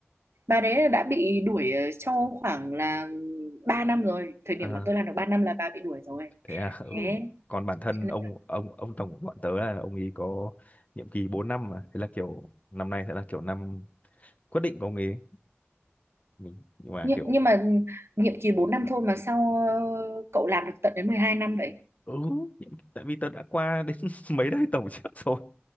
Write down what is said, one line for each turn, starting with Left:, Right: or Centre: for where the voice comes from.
Right: bà đấy là đã bị đuổi ờ, trong khoảng là 3 năm rồi thời điểm
Left: à
Right: mà tôi làm được 3 năm là bà bị đuổi rồi
Left: thế à ừ
Right: thế
Left: còn bản thân
Right: cho nên-
Left: ông ông ông tổng của bọn tớ là ông ấy có nhiệm kỳ 4 năm mà thế là kiểu năm nay sẽ là kiểu năm quyết định của ông ấy mình nhưng mà
Right: nhưng,
Left: kiểu
Right: nhưng mà nhiệm kỳ 4 năm thôi mà sao ờ, cậu làm được tận đến 12 năm vậy
Left: ừ nhiệm- tại vì tớ đã qua đến <laughs> mấy đời tổng trước rồi